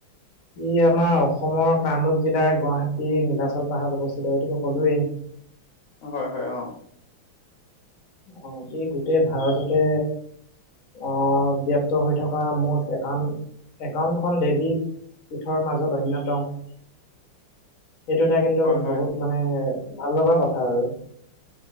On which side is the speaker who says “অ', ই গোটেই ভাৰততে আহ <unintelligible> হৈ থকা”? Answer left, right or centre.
Left